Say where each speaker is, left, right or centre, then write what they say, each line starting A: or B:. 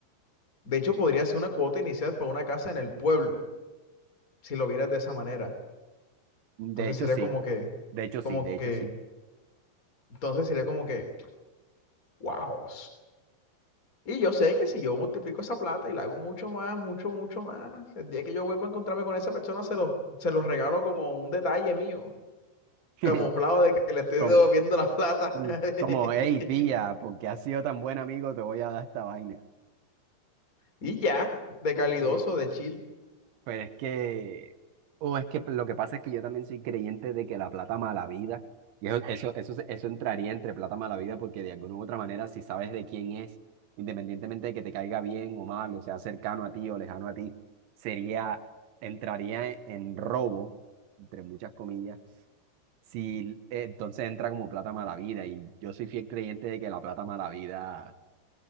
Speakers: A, on the left; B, on the right.
A: De hecho, podría ser una cuota inicial para una casa en el pueblo, si lo vieras de esa manera. Entonces
B: De hecho,
A: sería
B: sí.
A: como que,
B: De hecho, sí.
A: como
B: De
A: que,
B: hecho, sí.
A: entonces sería como que, wow. Y yo sé que si yo multiplico esa plata y la hago mucho más, mucho, mucho más, el día que yo vuelva a encontrarme con esa persona, se los, se los regalo como un detalle mío,
B: <laughs>
A: camuflado de que le estoy
B: Como,
A: devolviendo la plata.
B: sí.
A: <laughs>
B: como, hey, pilla, porque has sido tan buen amigo, te voy a dar esta vaina.
A: Y ya, de calidoso,
B: Uf.
A: de chill.
B: Pero es que, o es que lo que pasa es que yo también soy creyente de que la plata mala vida, y eso, eso, eso, se- eso entraría entre plata mala vida, porque de alguna u otra manera, si sabes de quién es, independientemente de que te caiga bien o mal, o sea cercano a ti o lejano a ti, sería, entraría en, en robo, entre muchas comillas, si eh, entonces entra como plata mala vida, y yo soy fiel creyente de que la plata mala vida